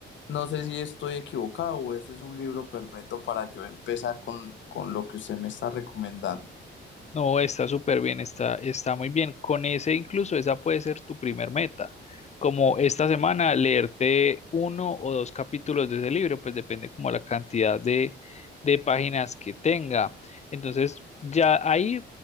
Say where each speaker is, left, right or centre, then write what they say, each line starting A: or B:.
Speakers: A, on the left; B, on the left.
A: no sé si estoy equivocado o eso es un libro perfecto para yo empezar con, con lo que usted me está recomendando.
B: No, está súper bien, está, está muy bien. Con ese incluso, esa puede ser tu primer meta. Como esta semana, leerte uno o dos capítulos de ese libro, pues depende como la cantidad de, de páginas que tenga. Entonces, ya ahí